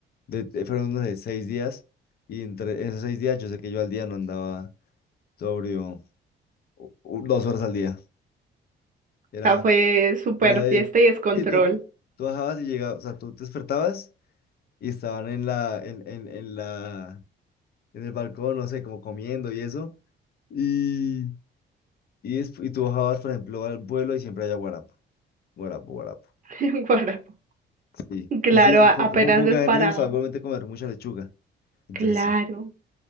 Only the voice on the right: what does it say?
sea, fue súper
fiesta y descontrol.
<laughs> Guarapo.
Claro,
a-
apenas
es
para,
claro,